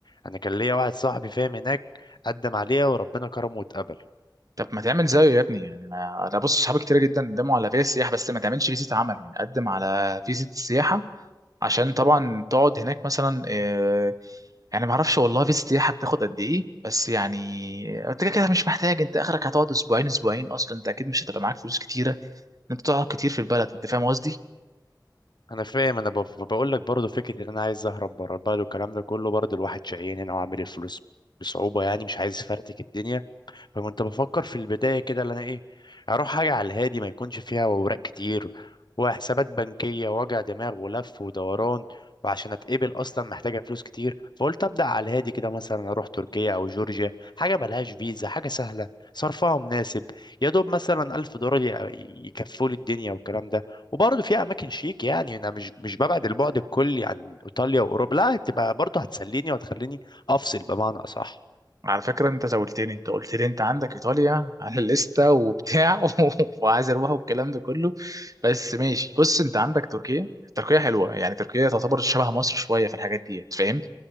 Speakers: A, on the left; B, on the right.
A: انا كان ليا واحد صاحبي فاهم هناك قدم عليها وربنا كرمه واتقبل
B: طب ما تعمل زيه يا ابني يعني ما- انا بص صحابي كتير جدا قدموا على فيزا سياحه بس ما تعملش فيزا عمل يعني قدم على فيزا السياحه عشان طبعا تقعد هناك مثلا آه، يعني ما اعرفش والله فيزا سياحه بتاخد قد ايه بس يعني انت كده كده مش محتاج انت اخرك هتقعد اسبوعين اسبوعين اصلا انت اكيد مش هتبقى معاك فلوس كتيره ان انت تقعد كتير في البلد انت فاهم قصدي
A: انا فاهم انا بف- بقول لك برضه فكره ان انا عايز اهرب بره البلد والكلام ده كله برضه الواحد شقيان هنا وعامل الفلوس بصعوبه يعني مش عايز افرتك الدنيا فكنت بفكر في البداية كده اللي أنا إيه أروح حاجة على الهادي ما يكونش فيها أوراق كتير وحسابات بنكية ووجع دماغ ولف ودوران وعشان أتقبل أصلا محتاجة فلوس كتير فقلت أبدأ على الهادي كده مثلا أروح تركيا أو جورجيا حاجة ملهاش فيزا حاجة سهلة صرفها مناسب يا دوب مثلا ألف دولار ي- يكفوا لي الدنيا والكلام ده وبرضه فيها أماكن شيك يعني أنا مش مش ببعد البعد الكلي عن إيطاليا وأوروبا لا تبقى برضه هتسليني وهتخليني أفصل بمعنى أصح
B: على فكرة انت زولتني انت قلت لي انت عندك ايطاليا على الليستة وبتاع <laughs> وعايز اروح والكلام ده كله بس ماشي بص انت عندك تركيا تركيا حلوة يعني تركيا تعتبر شبه مصر شوية في الحاجات دي فاهم